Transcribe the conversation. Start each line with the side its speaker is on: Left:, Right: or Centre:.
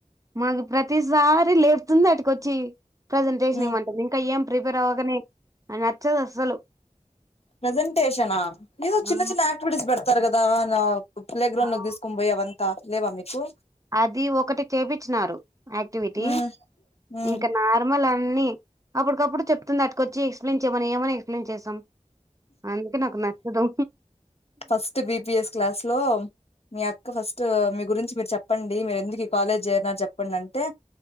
Right: మాకు ప్రతిసారి లేపుతుంది అటుకు అచ్చి ప్రెజెంటేషన్
Left: మ్మ్
Right: ఇవమంటుంది ఇంకా ఎం ప్రిప్ నువ్వే రగనే నచ్చదు అసలు
Left: ప్రెసెంటేషనా ఏదో
Right: ఆ
Left: చిన్న చిన్న ఆక్టివిటీస్ బెడత్ తరుగదానా ప్లే గ్రౌండ్
Right: ఆ.
Left: లోకి తీసుకో పోయివను త లేవా మీకు
Right: అది ఒకటి చేపించినారు యాక్టివిటీ
Left: మ్మ్ మ్మ్
Right: ఇంకా నార్మల్ అన్ని అప్పుకప్పుడు చెప్తుంది అట్కొచ్చి ఎక్స్ప్లెయిన్ చేయమని ఏమని ఎక్స్లెయిన్ చేసాం అందుకే నాకు నచ్చదు
Left: ఫస్ట్ బిపిఎస్ క్లాస్ లో మీ అక్క ఫస్ట్ మీ గురించి మీరు చెప్పండి మీరు ఎందుకు ఈ కాలేజ్ చేయన చెప్పండి అంటే